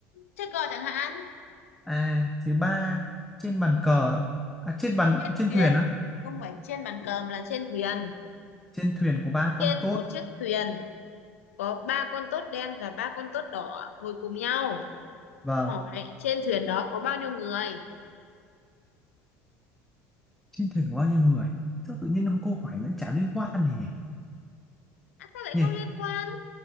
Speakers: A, on the left; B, in the centre.
A: chơi cờ chẳng hạn
B: à thì ba trên bàn cờ à, trên bàn
A: trên
B: trên
A: thuyền
B: thuyền á
A: không phải trên bàn cờ mà là trên thuyền
B: trên thuyền có ba
A: trên
B: con tốt
A: một chiếc thuyền có ba con tốt đen và ba con tốt đỏ ngồi cùng nhau
B: vâng
A: hỏi trên thuyền đó có bao nhiêu người
B: trên thuyền có bao nhiêu người sao tự nhiên ông câu hỏi nó chả liên quan gì nhỉ
A: à, sao lại
B: nhỉ
A: không liên quan